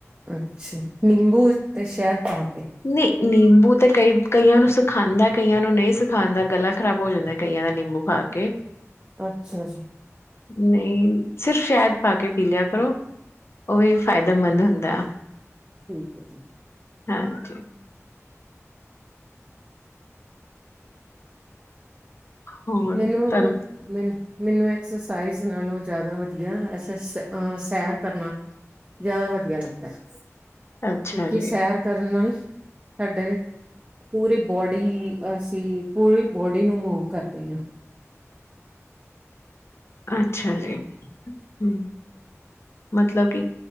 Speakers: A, on the right; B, on the left.
A: ਅੱਛਾ ਜ ਨਿੰਬੂ ਤੇ ਸ਼ਹਿਦ ਪਾ ਕੇ।
B: ਨਹੀਂ। ਨਿੰਬੂ ਤੇ ਕਈ ਕਈਆਂ ਨੂੰ ਸਿਖਾਂਦਾ, ਕਈਆਂ ਨੂੰ ਨਹੀਂ ਸਿਖਾਂਦਾ ਗਲਾ ਖ਼ਰਾਬ ਹੋ ਜਾਂਦਾ ਕਈਆਂ ਦਾ ਨਿੰਬੂ ਖਾ ਕੇ।
A: ਅੱਛਾ ਜੀ।
B: ਨਹੀਂ, ਸਿਰਫ ਸ਼ਹਿਦ ਪਾ ਕੇ ਪੀ ਲਿਆ ਕਰੋ। ਓ ਵੀ ਫਾਇਦੇਮੰਦ ਹੁੰਦਾ।
A: ਹਾਂਜੀ।
B: ਹਾਂਜੀ। ਹੋਰ
A: ਮੈਨੂੰ,
B: ਤੁਹਾਨੂੰ
A: ਮੈਨੂੰ ਮੈਨੂੰ ਐਕਸਰਸਾਈਜ਼ ਨਾਲੋਂ ਜ਼ਿਆਦਾ ਵਧੀਆ ਐਸਸ ਸੈਰ ਕਰਨਾ ਜ਼ਿਆਦਾ ਵਧੀਆ ਲੱਗਦਾ। ਕਿਉਂਕਿ,
B: ਅੱਛਾ ਜੀ
A: ਸੈਰ ਕਰਨ ਨਾਲ ਨ ਸਾਡੇ ਪੂਰੀ ਬੋਡੀ ਅਸੀਂ ਪੂਰੀ ਬੋਡੀ ਨੂੰ ਮੂਵ ਕਰ ਤੇ
B: ਅੱਛਾ ਜੀ। ਹੂੰ ਮਤਲਬ ਕਿ